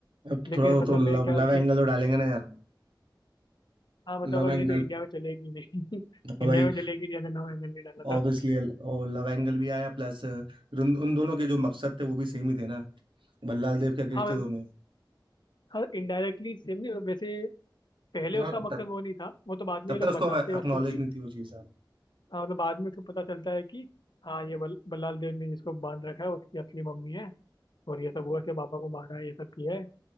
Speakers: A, on the right; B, on the left.
A: अब
B: लेकिन
A: थोड़ा वो
B: मतलब
A: तो लव
B: मेरे ख्याल
A: लव एंगल
B: से
A: तो डालेंगे ना यार
B: हाँ मतलब
A: लव
B: वो नहीं
A: एंगल
B: तो इंडिया में चलेगी नहीं <laughs> इंडिया
A: भाई
B: में चलेगी नहीं अगर नौ एंगल नहीं डाला
A: ऑब्वियसली
B: था
A: और लव एंगल भी आया प्लस उन उन दोनों के जो मकसद थे वो भी सेम ही थे ना बल्लाल देव के अगेंस्ट
B: हाँ मतलब
A: थे दोनों
B: हाँ इनडायरेक्टली सेम नहीं वैसे पहले
A: हाँ
B: उसका मकसद
A: तब
B: वो नहीं था वो तो बाद में
A: तब
B: ये लोग
A: तक
B: बताते
A: उसको एक्नॉलेज
B: हैं उसको कि
A: नहीं थी वो चीज़ हाँ।
B: हाँ मतलब बाद में उसको पता चलता है कि हाँ ये बल, बल्लाल देव ने जिसको बांध रखा है उसकी असली मम्मी है और ये सब वो से पापा को मारा है ये सब किया है